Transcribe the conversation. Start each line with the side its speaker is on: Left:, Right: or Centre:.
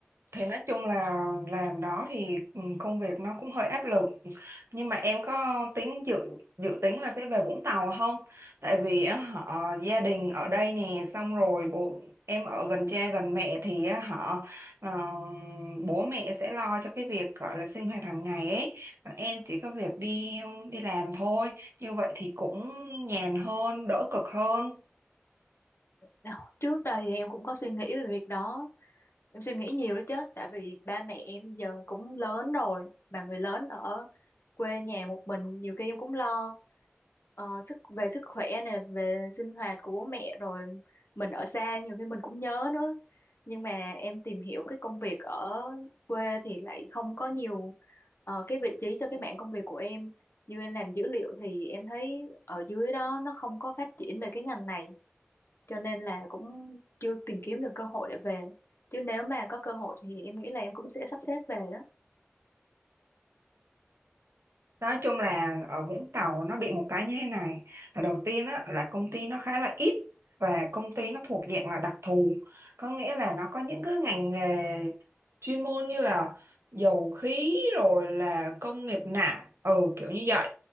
Right: thì nói chung là làm đó thì ừ, công việc nó cũng hơi áp lực. Nhưng mà em có tính dự dự tính là sẽ về Vũng Tàu không? Tại vì á, họ gia đình ở đây nè, xong rồi bố em ở gần cha gần mẹ thì á, họ ờ, bố mẹ sẽ lo cho cái việc gọi là sinh hoạt hàng ngày ấy. Còn em chỉ có việc đi đi làm thôi. Như vậy thì cũng nhàn hơn, đỡ cực hơn.
Left: Ờ, trước đây thì em cũng có suy nghĩ về việc đó em suy nghĩ nhiều đó chứ tại vì ba mẹ em giờ cũng lớn rồi mà người lớn ở quê nhà một mình nhiều khi em cũng lo ờ, sức về sức khỏe này về sinh hoạt của bố mẹ rồi mình ở xa nhiều khi mình cũng nhớ nữa nhưng mà em tìm hiểu cái công việc ở quê thì lại không có nhiều ờ, cái vị trí cho cái mảng công việc của em như em làm dữ liệu thì em thấy ở dưới đó nó không có phát triển về cái ngành này cho nên là cũng chưa tìm kiếm được cơ hội để về chứ nếu mà có cơ hội thì em nghĩ là em cũng sẽ sắp xếp về đó
Right: Nói chung là ở Vũng Tàu nó bị một cái như thế này là đầu tiên á, là công ty nó khá là ít và công ty nó thuộc dạng là đặc thù có nghĩa là nó có những cái ngành nghề chuyên môn như là dầu khí rồi là công nghiệp nặng ừ kiểu như vậy